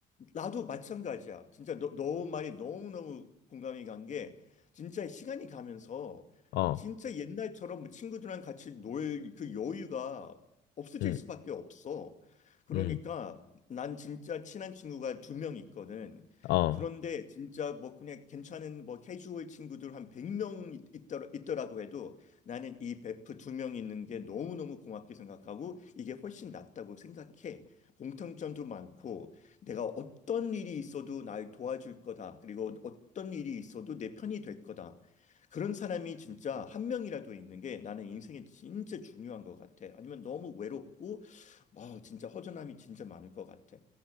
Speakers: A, on the left; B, on the left.
A: 나도 마찬가지야. 진짜 너, 너 말이 너무너무 공감이 간 게, 진짜 시간이 가면서,
B: 어,
A: 진짜 옛날처럼 뭐 친구들이랑 같이 놀 그 여유가 없어질
B: 응,
A: 수밖에 없어. 그러니까
B: 응,
A: 난 진짜 친한 친구가 두 명 있거든.
B: 어.
A: 그런데 진짜 뭐 그냥 괜찮은 뭐 캐주얼 친구들 한 100명 있더라, 있더라고 해도 나는 이 베프 두 명 있는 게 너무너무 고맙게 생각하고 이게 훨씬 낫다고 생각해. 공통점도 많고 내가 어떤 일이 있어도 날 도와줄 거다. 그리고 어떤 일이 있어도 내 편이 될 거다. 그런 사람이 진짜 한 명이라도 있는 게 나는 인생에 진짜 중요한 것 같아. 아니면 너무 외롭고, 와, 진짜 허전함이 진짜 많을 것 같아.